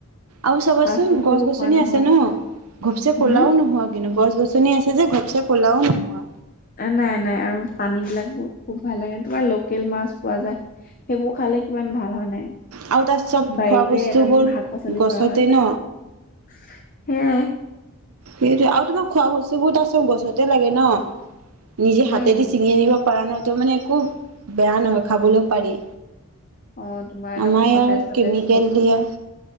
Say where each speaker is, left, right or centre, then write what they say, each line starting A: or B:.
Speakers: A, on the right; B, on the left.
A: আৰু চাবাচোন
B: ফাষ্ট ফুডটো
A: গছ
B: একো
A: গছনি
B: খোৱা নহয়
A: আছে ন ঘপচে
B: হম
A: ক'লাও নোহোৱা কিন্তু গছ গছনি আছে যে হে কলা নোহোৱা
B: নাই নাই আৰু পানী বিলাক খুব ভাল লাগে তোমাৰ লোকেল মাছ পোৱা যায়। সেইবোৰ খালে কিমান ভাল হয় নাই
A: আৰু তাত চব
B: বাৰীতে
A: খোৱা বস্তুবোৰ
B: একদম শাক পাচলি
A: গছতে
B: কৰা হয়।
A: ন
B: সেয়াই
A: সেইটো আৰু তোমাৰ খোৱা বস্তুবোৰ তাৰ চব গছতে লাগে ন নিজে
B: উম
A: হাতেদি ছিঙি আনিব পৰা ন ত মানে খুব বেয়া নহয় খাবলৈ পাৰি
B: অ তোমাৰ একদম
A: আমাৰ
B: সতেজ
A: ইয়াৰ
B: সতেজ
A: কেমিকেল
B: বস্তু
A: দিয়ে